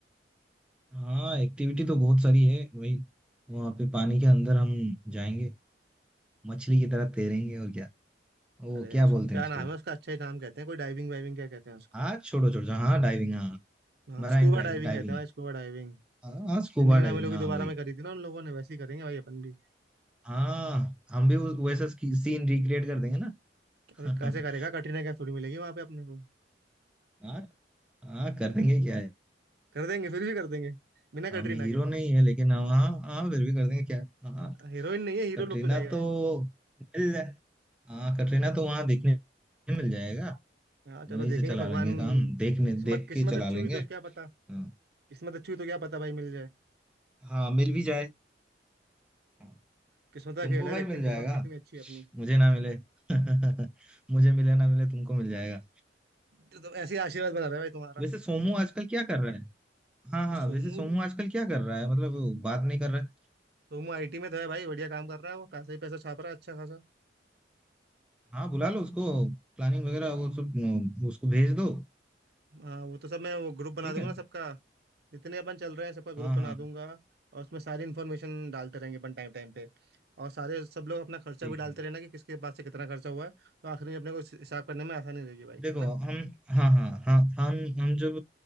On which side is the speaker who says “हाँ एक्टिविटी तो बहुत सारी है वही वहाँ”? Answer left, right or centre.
Centre